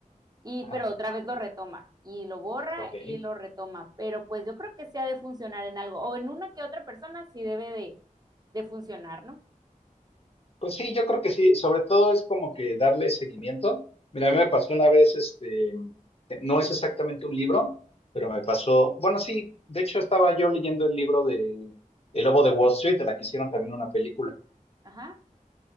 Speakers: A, on the right; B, on the left.
A: y
B: Ajá,
A: pero otra vez lo retoma y lo borra
B: ok.
A: y lo retoma, pero pues yo creo que sí ha de funcionar en algo o en una que otra persona sí debe de, de funcionar, ¿no?
B: Pues sí, yo creo que sí. Sobre todo es como que darle seguimiento. Mira, a mí me pasó una vez, este, que no es exactamente un libro, pero me pasó, bueno, sí, de hecho estaba yo leyendo el libro de El Lobo de Wall Street, de la que hicieron también una película.
A: Ajá,